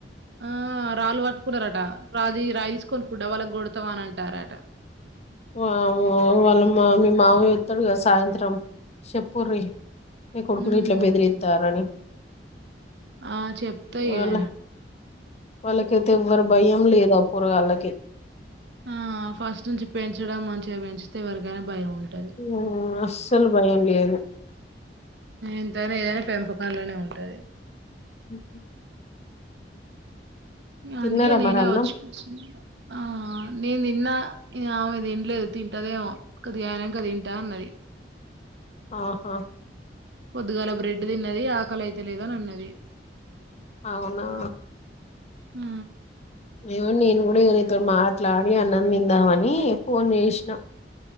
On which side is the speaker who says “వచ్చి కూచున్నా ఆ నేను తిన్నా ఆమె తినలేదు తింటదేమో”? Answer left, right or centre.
Right